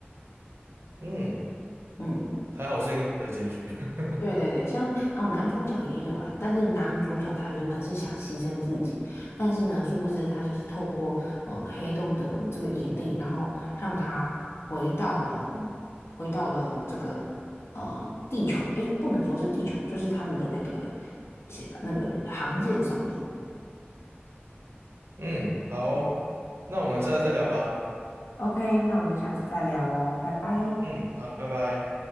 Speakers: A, on the right; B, on the left.
A: 嗯，
B: 嗯。
A: 还好是一个好的结局。<laughs>
B: 对对对，像哦，男主角也有啊，但是男主角他原本是想牺牲自己，但是呢，殊不知他就是透过呃黑洞的这个引力，然后让他回到了回到了这个呃地球，诶，不能说是地球，就是他们的那个那个航舰上面。
A: 嗯，好，
B: 嗯
A: 那我们下次再聊吧。
B: ，OK，那我们下次再聊哦，拜拜。
A: 嗯，好，拜拜。